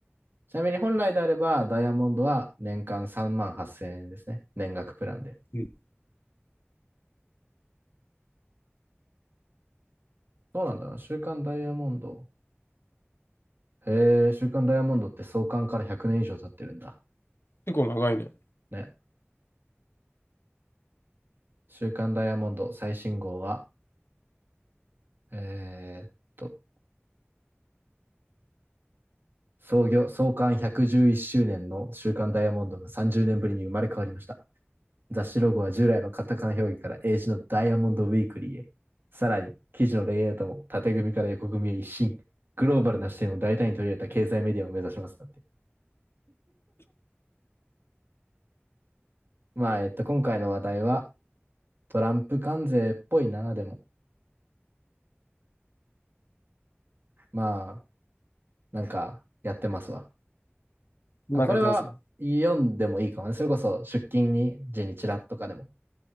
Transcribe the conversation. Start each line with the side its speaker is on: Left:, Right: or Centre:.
Right: ちなみに本来であれば、ダイヤモンドは年間3万8000円ですね。年額プランで。
Left: うん
Right: そうなんだな。週刊ダイヤモンド。へえ、週刊ダイヤモンドって創刊から100年以上経ってるんだ。
Left: 結構長いね。
Right: ね。週刊ダイヤモンド最新号は、えーっと、創業、創刊111周年の週刊ダイヤモンドが30年ぶりに生まれ変わりました。雑誌ロゴは従来のカタカナ表記から英字のダイヤモンドウィークリーへ。さらに、記事のレイアウトも縦組みから横組みへ一新。グローバルな視点を大胆に取り入れた経済メディアを目指します。だって。まあ、えっと、今回の話題はトランプ関税っぽいな、でも。まあ、なんか、やってますわ。
Left: なんかやってますよ。
Right: これは読んでもいいかもね。それこそ出勤に時にチラッとかでもっ